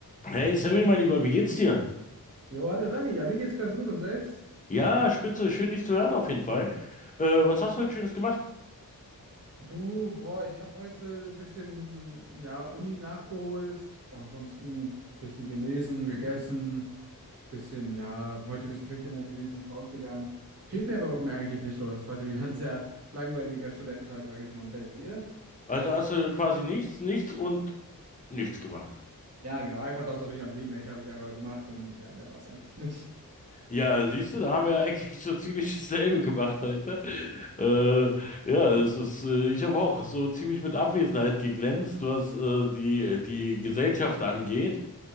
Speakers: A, on the left; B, on the right.
A: Hey Sammy, mein Lieber, wie geht's dir?
B: Jo, hallo Dani, ja, mir geht's ganz gut und selbst?
A: Ja, spitze, schön dich zu hören auf jeden Fall. Äh, was hast du heute Schönes gemacht?
B: Du, boah, ich habe heute ein bisschen, ja, Uni nachgeholt, aber ansonsten ein bisschen gelesen, gegessen, bisschen, ja, heute ein bisschen schüchterner gewesen, nicht rausgegangen. Viel mehr war bei mir eigentlich nicht los. Heute wieder ein sehr langweiliger Studententag, sag ich mal. Und bei dir?
A: Also hast du quasi nichts, nichts und nichts gemacht.
B: Ja, genau, einfach das, was mich am Leben hält, habe ich einfach gemacht und ja, mehr war es eigentlich nicht.
A: Ja, siehst du, da haben wir ja <laughs> eigentlich so ziemlich dasselbe gemacht heute. Äh, ja, es ist, äh, ich habe auch so ziemlich mit Abwesenheit geglänzt, was äh, die, die Gesellschaft angeht.